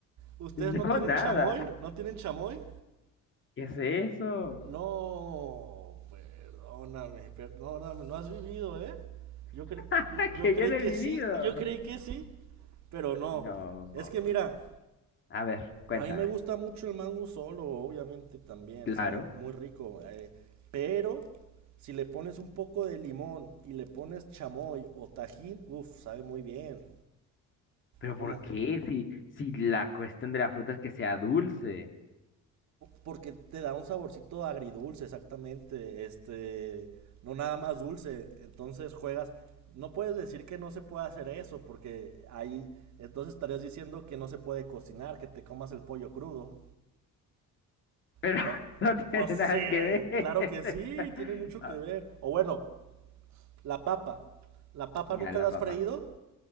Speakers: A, on the right; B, on the left.
A: ¿Ustedes
B: Yo
A: no tienen
B: nada.
A: chamoy? ¿No tienen chamoy?
B: ¿Qué es eso?
A: No, perdóname, perdóname, no no, no has vivido, ¿eh? Yo, cre-
B: <laughs>
A: yo, yo
B: Que
A: creí
B: yo no
A: que
B: he vivido.
A: sí, yo creí que sí, pero no.
B: No, no.
A: Es que mira,
B: A ver, cuéntame.
A: a mí me gusta mucho el mango solo, obviamente también,
B: Claro.
A: sabe muy rico, eh, pero si le pones un poco de limón y le pones chamoy o tajín, uff, sabe muy bien.
B: Pero
A: ¿Cómo?
B: ¿por qué? Si, si la cuestión de la fruta es que sea dulce.
A: porque te da un saborcito agridulce, exactamente, este, no nada más dulce, entonces juegas, no puedes decir que no se puede hacer eso, porque ahí, entonces estarías diciendo que no se puede cocinar, que te comas el pollo crudo,
B: Pero
A: ¿no?
B: <laughs> no
A: Pues
B: tiene
A: sí,
B: nada que ver. <laughs>
A: claro que sí, tiene mucho
B: Ah,
A: que ver, o bueno, la papa, la papa
B: Ya
A: nunca
B: la
A: la
B: papa.
A: has freído,